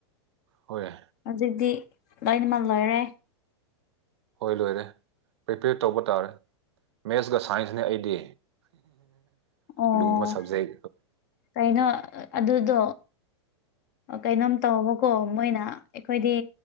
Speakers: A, on the right; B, on the left.
A: ꯍꯣꯏꯦ
B: ꯑꯗꯨꯗꯤ ꯂꯣꯏꯅꯃꯜ ꯂꯣꯏꯔꯦ
A: ꯍꯣꯏ ꯂꯣꯏꯔꯦ ꯄ꯭ꯔꯤꯄꯦꯌꯔ ꯇꯧꯕ ꯇꯥꯔꯦ ꯃꯦꯠꯁꯀ ꯁꯥꯏꯟꯁꯅꯦ ꯑꯩꯗꯤ
B: ꯑꯣ
A: ꯂꯨ ꯃ ꯁꯞꯖꯩ
B: ꯀꯩꯅꯣ ꯑꯗꯨꯗꯣ ꯀꯩꯅꯣꯝ ꯇꯧꯃꯀꯣ ꯃꯣꯏꯅ ꯑꯩꯈꯣꯏꯗꯤ